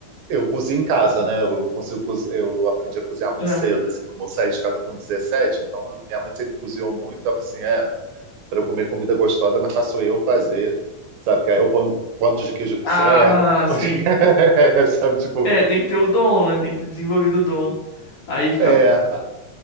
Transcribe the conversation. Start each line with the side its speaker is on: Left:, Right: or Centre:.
Right: eu cozinho em casa, né? Eu consigo, cozi- eu aprendi a cozinhar muito
Left: É.
Right: cedo, assim, que eu mo- saí de casa com 17, então minha mãe sempre cozinhou muito. Ela falou assim, é. para eu comer comida gostosa, mas faço eu fazer, sabe? Que aí eu ponho quantos de queijo eu quiser,
Left: Ah, sim.
Right: <laughs> sabe? Tipo,
Left: É, tem que ter o dom, né? Tem que ter desenvolvido o dom. Aí fica.
Right: é.
Left: bom.